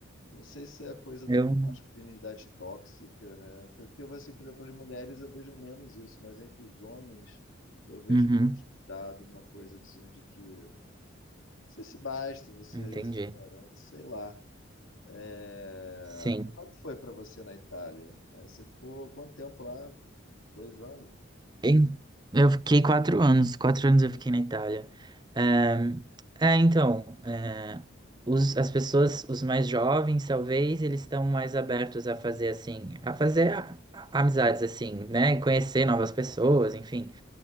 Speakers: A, on the left; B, on the right.
A: Não sei se é a coisa de
B: eu.
A: uma masculinidade tóxica, né? Porque eu assim, por exemplo, as mulheres eu vejo menos isso, mas entre os homens eu vejo
B: Uhum.
A: menos cuidado, uma coisa de, de que você se basta, você
B: Entendi.
A: se garante, sei lá. É,
B: Sim.
A: Como é que foi para você na Itália? É, você ficou quanto tempo lá? Dois anos?
B: Em- Eu fiquei quatro anos, quatro anos eu fiquei na Itália. É, é, então, é, os- as pessoas, os mais jovens, talvez, eles estão mais abertos a fazer assim, a fazer a- a- amizades assim, né? E Conhecer novas pessoas, enfim.